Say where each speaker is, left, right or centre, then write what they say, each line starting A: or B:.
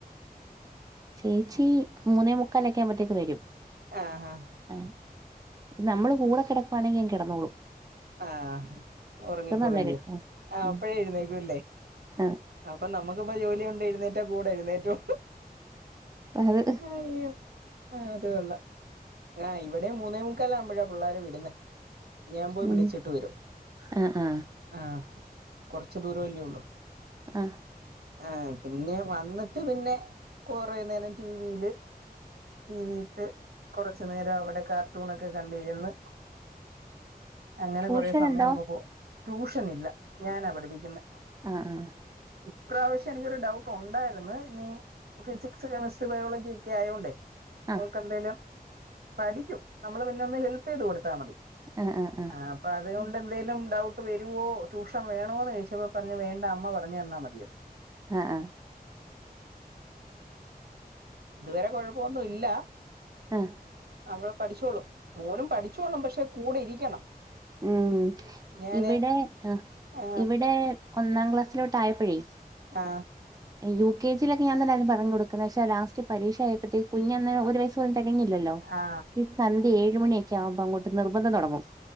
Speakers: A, on the right (about 20°); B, on the right (about 80°).
A: ചേച്ചി മൂന്നേ മുക്കാലെക്കെ ആവുമ്പത്തേക്ക് വരും
B: ആഹ് ആഹ്
A: ആ നമ്മള് കൂടെ കിടക്കുവാണെങ്കി അങ്ങ് കെടന്നോളും
B: ആഹ് ഉറങ്ങിക്കോളും
A: അന്നേരം
B: അല്ലിയോ
A: ആ
B: ആഹ്
A: ഉം
B: അപ്പഴേ എഴുന്നേക്കൂല്ലേ
A: ആ
B: അപ്പം നമ്മുക്കിപ്പം ജോലി ഉണ്ട് എഴുന്നേറ്റ കൂടെ എഴുന്നേറ്റോ
A: അപ്പ അത്
B: അയ്യോ ആ അത് കൊള്ളാം ആ ഇവിടെയും മൂത്ത് മൂന്നേ മുക്കാലാവുമ്പഴ പിള്ളാരെ വിടുന്നേ ഞാൻ പോയി
A: ഉം
B: വിളിച്ചിട്ട് വരും
A: ആ ആ
B: ആഹ് കൊറച്ച് ദൂരവല്ലേ ഉള്ളു
A: ആ
B: ആഹ് പിന്നെ വന്നിട്ട് പിന്നെ കൊറേ നേരം ടീവിയില് ടി വിയിട്ട് കൊറച്ച് നേരം അവിടെ കാർട്ടൂണൊക്കെ കണ്ടിരുന്ന് അങ്ങനെ
A: ട്യൂഷൻ
B: കൊറേ സമയം
A: ഉണ്ടോ
B: അങ്ങ് പോ ട്യൂഷൻ ഇല്ല ഞാനാ പഠിപ്പിക്കുന്നെ
A: ആ ആ
B: ഇപ്രാവശ്യം എനിക്കൊരു ഡൗട്ട് ട്ട് ഉണ്ടായിരുന്ന് ഇനി ഫിസിക്സ് കെമിസ്ട്രി ബയോളജി ഒക്കെ ആയോണ്ടേ
A: ആ
B: മോക്കെന്തേലും പഠിക്കും നമ്മള് പിന്നെ ഒന്ന് ഹെൽപ്പെയ്ത് കൊടുത്താ മതി
A: ആ ആ.
B: ആ അപ്പൊ അതുകൊണ്ടന്തേലും
A: ഉം
B: ഡൗട്ട് വരുവോ ട്യൂഷൻ വേണോന്ന് ചോയ്ച്ചപ പറഞ് വേണ് അമ്മ പറഞ്ഞന്നാ മതിയെന്ന്.
A: ആ ആ
B: ഇതുവരെ കുഴപ്പൊന്നുല്ല.
A: മ്.
B: അവ പഠിച്ചോളും മോനും പഠിച്ചോളും പക്ഷെ കൂടെ ഇരിക്കണം.
A: മ്
B: ഞാന്
A: ഇവിടെ ആ
B: ആ
A: ഇവിടെ ഒന്നാം ക്ല ടയ്പെയ്
B: ആ
A: യു കെ ലൊക്കെ ഞാന്നെല്ലാരോടും പറഞ്ഞൊടുക്കുന്ന ശേ ലാസ്റ്റ് പരീക്ഷയപ്പോത്തേക്കും കുഞ്ഞന്ന ഒരു വയസ് തെരങ്ങില്ലല്ലോ
B: ആ
A: ഈ സന്ധ്യ ഏഴു മണിയൊക്കാവുമ്പോ അങ്ങട്ട് നിർബന്ധം തുടങ്ങും.